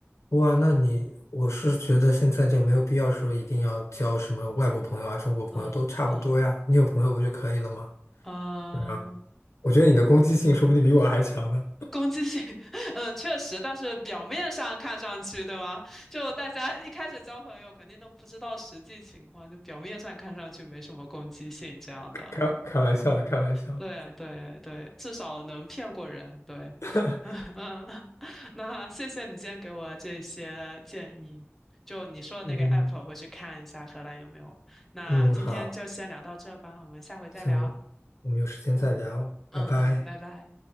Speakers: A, on the left; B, in the centre.
A: 哇，那你，我是觉得现在就没有必要说一定要交什么外国朋友啊、中国朋友都差不多呀，
B: 啊啊
A: 你有朋友不就可以了吗？
B: 啊！
A: 对啊，我觉得你的攻击性说不定比我还强呢，
B: 攻击性，<laughs> 嗯，确实，但是表面上看上去，对吗？就大家一开始交朋友，肯定都不知道实际情况，就表面上看上去没什么攻击性这样的。
A: 开开玩笑的，开玩笑。
B: 对对对，至少能骗过人。对，
A: <laughs>
B: <laughs> 那谢谢你今天给我这些建议。就你说的那个
A: 嗯
B: app，我会去看一下荷兰有没有。那今天就先聊到这吧，
A: 嗯，好，
B: 我们下回再聊。
A: 行，我们有时间再聊，
B: 嗯嗯嗯，
A: 拜拜。
B: 拜拜。